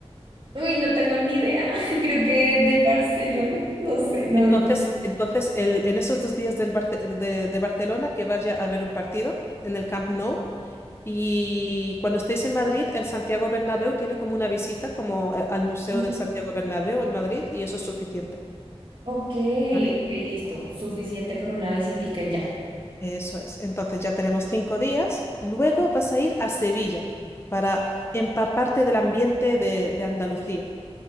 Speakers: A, on the right; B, on the left.
A: Uy, no tengo ni idea. <laughs> Creo que del Barcelona, no sé, no.
B: Entonces, entonces el- en esos dos días del Barce- de, de Barcelona, que vaya a ver un partido en el Camp Nou. Y cuando estéis en Madrid, el Santiago Bernabéu tiene como una visita como eh, al Museo
A: no.
B: del Santiago Bernabéu en Madrid y eso es suficiente.
A: Ok,
B: ¿vale?
A: ok, listo. Suficiente con una visitica y ya.
B: Eso es. Entonces ya tenemos cinco días. Luego vas a ir a Sevilla para empaparte del ambiente de, de Andalucía.